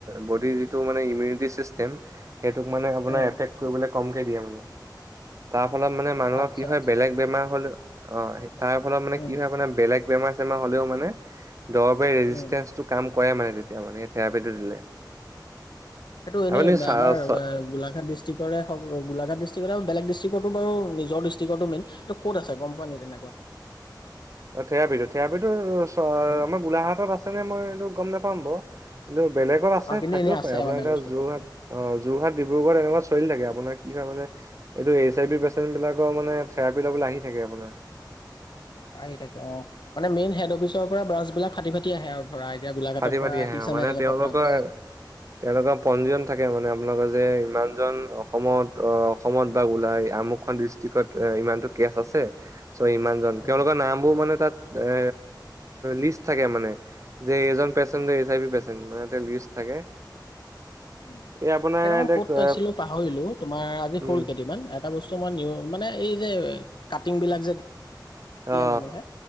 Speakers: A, on the right; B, on the left.
A: বডিৰ যিটো মানে ইমিউনিটি চিষ্টেম সেইটোক মানে আপোনাৰ
B: উম
A: কৰিব কমকে দিয়ে মানে তাৰ ফলত মানে মানুহৰ
B: আচ্ছা
A: কি হয়
B: আচ্ছা
A: বেলেগ বেমাৰ হলে অ তাৰ ফলত মানে
B: উম
A: কি হয় আে বেলেগ বেমাৰ চেমাৰ হলেও মানে দৰ কৰে
B: উম
A: মানে তেতিয়া মানে থেৰাপিটো দিলে
B: এইেইটো এনেই
A: আপুনি চা
B: আমাৰ
A: চা
B: গোলাঘাট ডিষ্ট্ৰিক্ গোলাঘাট ডিষ্ট্ৰিকট বেলেগ ডিষ্ট্ৰিকতো বাৰু নিজৰ ডিষ্ট্ৰিকতো মেইন এইটো ক'ত আছে গম পোৱা নে তেনেকুৱা
A: অ থেয়াবি টো থঠোবটো
B: উম,
A: আমাৰ গোলাঘাটত আছেনেে মই এইটো গম নাপাম ব কি বেলেগত আছে
B: অ কিন্তু
A: থাকিব
B: এনেই আছে
A: পাৰে আপোনাৰ
B: মানে
A: এতিয়া
B: বস্তুটো
A: যোৰহাট অ যোৰহাট ডিব্ৰুগড় এনেকুৱা চলি থাকে আপোনাৰ কি হয় মানে এইটো এইচ আই বি পেচন্ট বিলাকৰ মানে থেৰাপি লবলৈ আহি থাকে আপোনাৰ উ
B: আহি থাকে অ মানে মেইন হেড অফিচৰ পৰা ব্ৰাছ বিলাক ফাটি ফাটি আহে আৰু ধৰা এতিয়া গোলাঘাটত
A: ফাটি পতিি
B: বা
A: আহে
B: আহিছে
A: অ মানে
B: নাই তেনেকুৱা
A: তেওঁলোকৰ
B: ব্ৰাঞ্চ
A: তেওঁলোকৰ পঞ্জীয়ন থাকে মানে লগে যে ইমানজন অসমত অসমত বা ওলাই আমুকখন ডিষ্ট্ৰিক্ত ইমান গছ আছে চ ইমান জন
B: উম,
A: তেওঁলোকৰ নাম বোৰ মানে তাত এ লিষ্ট থাকে মানে যে এজন patient H I B patient মানে লিষ্ট থাকে
B: কেইদিখন
A: এই আপোনাৰ এতিয়া
B: ক'ত পাইছিলো পাহৰিলো তুমাৰ আজি
A: উম
B: হল কেইদিনান এটা বস্তু ই নি মানে এই যে কাটিং বিলাক যে
A: অ
B: মানুহে